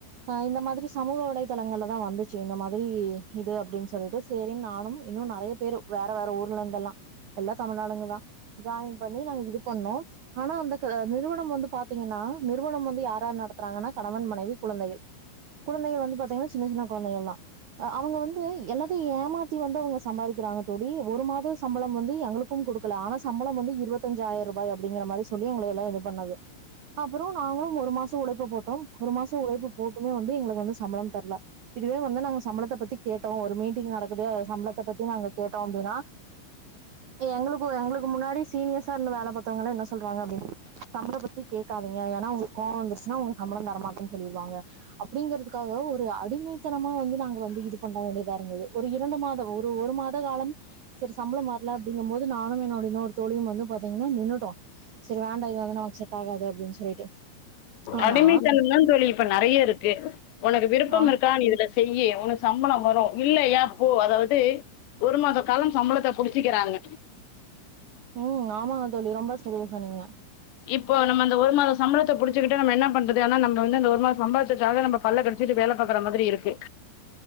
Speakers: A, on the right; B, on the left.
A: அ இந்த மாதிரி சமூக வலைதளங்கள்ளதா வந்துச்சு இந்த மாதிரி இது அப்டின் சொல்ட்டு சேரின் நானும் இன்னு நெறையப் பேரு வேற வேற ஊர்லர்ந்தெல்லா எல்லா தமிழ் ஆளுங்கதா ஜாயின் பண்ணி நாங்க இது பண்ணோ ஆனா அந்த க நிறுவனம் வந்து பாத்தீங்கன்னா நிறுவனம் வந்து யாரார் நடத்துறாங்கன்னா கணவன் மனைவி குழந்தைகள் குழந்தைகள் வந்து பாத்தீங்கன்னா சின்ன சின்ன குழந்தைகள்தா ஆ அவுங்க வந்து எல்லாத்தையு ஏமாத்தி வந்து அவுங்க சம்பாதிக்கிறாங்க தோழி ஒரு மாத ஸ் சம்பளம் வந்து எங்குளுக்கும் குடுக்கல ஆனா சம்பளம் வந்து இருவத்தஞ்சாயிரரூபாய் அப்டிங்கற மாரி சொல்லி எங்களையெல்லா இது பண்ணது அப்பறே நாங்களும் ஒரு மாசம் உழைப்பு போட்டோம் ஒரு மாசோ உழைப்பு போட்டுமே வந்து எங்களுக்கு வந்து சம்பளம் தர்ல இதுவே வந்து நாங்க சம்பளத்த பத்தி கேட்டோ ஒரு மீட்டிங் நடக்குது அது சம்பளத்த பத்தி நாங்க கேட்டோ அப்டினா எங்குளுக்கு எங்குளுக்கு முன்னாடி சீனியர்ஸாருந்து வேல பாத்தவங்கலா என்ன சொல்றாங்க அப்டின் சம்பளம் பத்தி கேக்காதீங்க ஏனா அவுங்குளுக் கோவோ வந்துருச்சுனா ஒங்க சம்பளம் தரமாட்டேன் சொல்லிருவாங்க அப் பிடிங்கறதுக்காக ஒரு அடிமைத்தனமா வந்து நாங்க வந்து இது பண்ண வேண்டியதாருந்தது ஒரு இரண்டு மாதம் ஒரு ஒரு மாத காலம் சரி சம்பளம் வர்ல அப்டிங்கம் போது நானும் என்னோட இன்னோரு தோழியும் வந்து பாத்தீங்கன்னா நின்னுட்டோ சரி வேண்டா இது வந்து நமக்கு செட்டாகாது அப்டின் சொல்லிட்டு ஆனா
B: அடிமைத்தனம்தா தோழி இப்ப நெறைய இருக்கு உனக்கு விருப்பம்
A: ஆ
B: இருக்கா நீ இதுல செய்யி உனக்கு சம்பளம் வரு இல்லையா போ அதாவ்து ஒரு மாத காலம் சம்பளத்த புடிச்சுக்கிறாங்க
A: ம் ஆமாங்க தோழி ரொம்ப செரியா சொன்னீங்க
B: இப்போ நம்ம அந்த ஒரு மாத சம்பளத்த புடிச்சுக்கிட்டு நம்ம என்ன பண்றது ஆனா நம்ம வந்து அந்த ஒரு மாத சம்பளத்துக்காக நம்ம பல்ல கடிச்சுக்கிட்டு வேல பாக்குற மாதிரி இருக்கு